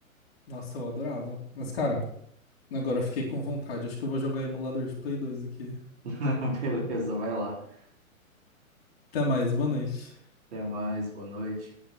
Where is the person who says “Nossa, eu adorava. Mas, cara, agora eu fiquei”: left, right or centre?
Left